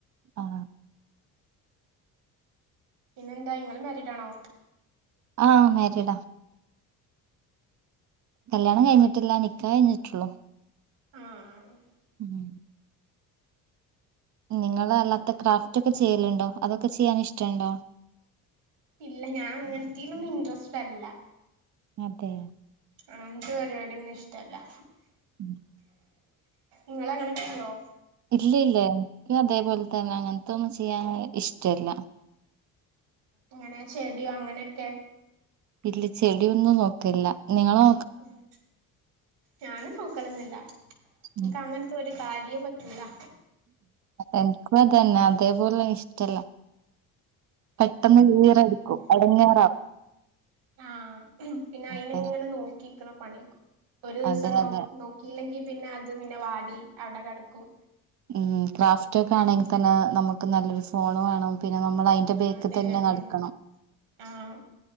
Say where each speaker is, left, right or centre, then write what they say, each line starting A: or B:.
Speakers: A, on the right; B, on the right.
A: ആഹ്
B: പിന്നെ എന്തായ് ഇങ്ങള് മാരീഡാണോ?
A: ആഹ് മാരീഡാ കല്യാണം കഴിഞ്ഞിട്ടില്ല നിക്കാഹ് കയിഞ്ഞിട്ടുള്ളൂ.
B: ആഹ്
A: ഉം നിങ്ങള് അല്ലാത്ത ക്രാഫ്റ്റ് ഒക്കെ ചെയ്യലിണ്ടോ അതൊക്കെ ചെയ്യാന് ഇഷ്ട്ടിണ്ടോ
B: ഇല്ല ഞാൻ അങ്ങൻത്തേലൊന്നും ഇൻട്രസ്റ്റഡല്ല.
A: അതേ
B: അങ്ങൻത്തെ പരിപാടിയൊന്നും ഇഷ്ടല്ല
A: ഉം.
B: ഇങ്ങളങ്ങനൊക്കെ ചെയ്യോ
A: ഇല്ല ഇല്ല എനിക്കും അതേപോലെ തന്നെ അങ്ങനത്തൊന്നും ചെയ്യാൻ ഇഷ്ട്ടില്ല.
B: ഇങ്ങനെ ചെടി അങ്ങനെയൊക്കെ
A: ഇല്ല ചെടിയൊന്നും നോക്കലില്ല നിങ്ങളോ?
B: ഉം ഞാനും നോക്കലോന്നുല്ല
A: ഉം.
B: ഇൻക്ക്ങ്ങന ത്തൊരു കാര്യോം പറ്റൂലാ.
A: എനിക്കും അതന്നെ അതേപോലെ ഇഷ്ടല്ല. പെട്ടെന്ന് വീറെ എടുക്കും എടങ്ങേ
B: ആഹ് പിന്നെ അയിനിങ്ങനെ
A: അതെ
B: നോക്കിക്കണം പണിയക്ക ഒരോസം
A: അതെ
B: നോ
A: അതെ
B: നോക്കിയില്ലെങ്കി പിന്നെ അത് പിന്നെ വാടി അവടെ കെടക്കും
A: ഉം ക്രാഫ്റ്റ് ഒക്കെ ആണെങ്കി തന്നേ നമുക്ക് നല്ലൊരു ഫോണ് വേണം. പിന്നെ നമ്മള് അതിന്റെ
B: ആഹ്
A: ബേ‌ക്കി
B: അതന്നെ
A: തന്നെ നടക്കണം.
B: ഉം ആഹ്